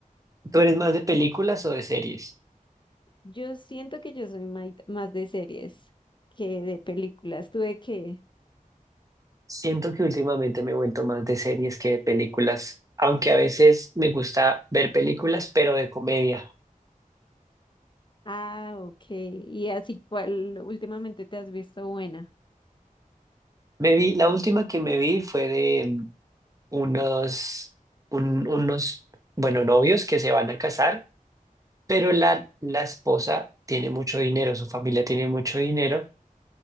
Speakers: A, on the right (about 25°); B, on the left (about 35°).
A: ¿Tú eres más de películas o de series?
B: Yo siento que yo soy mai- más de series que de películas. Tuve que...
A: Siento que últimamente me he vuelto más de series que de películas, aunque a veces me gusta ver películas, pero de comedia.
B: Ah, ok. ¿Y así cuál últimamente te has visto buena?
A: Me vi, la última que me vi fue de mm, unos, un- unos, bueno, novios que se van a casar, pero la, la esposa tiene mucho dinero, su familia tiene mucho dinero